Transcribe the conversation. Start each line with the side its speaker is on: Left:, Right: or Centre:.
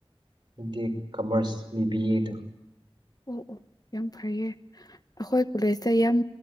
Right: ꯏꯟꯗꯤ ꯀꯃꯔꯁ ꯕꯤ ꯕꯤ ꯑꯦꯗ
Left: ꯑꯣ ꯑꯣ ꯌꯥꯝ ꯐꯩꯌꯦ ꯑꯈꯣꯏ ꯀꯣꯜꯂꯦꯖꯇ ꯌꯥꯝ